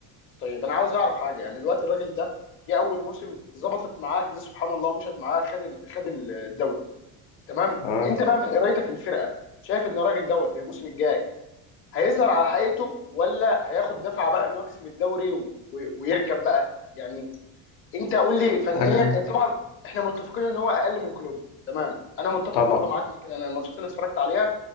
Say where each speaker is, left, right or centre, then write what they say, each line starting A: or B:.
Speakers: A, on the left; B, on the left.
A: طيب انا عاوز اعرف حاجه يعني الوقت الراجل ده جه اول موسم ظبطت معاه كده سبحان الله ومشت معاه خد ال... خد ال- الدوري تمام
B: اه
A: انت بقى من قرايتك للفرقه شايف ان الراجل دوت الموسم الجاي هيظهر على حقيقته ولا هياخد دفعه بقى ان هو كسب الدوري و... و- ويركب بقى يعني انت قول لي فنيا
B: انا
A: طبعا احنا متفقين ان هو اقل من كلوب تمام انا متفق
B: طبعا
A: برضو معاك من كده انا الماتشات اللي اتفرجت عليها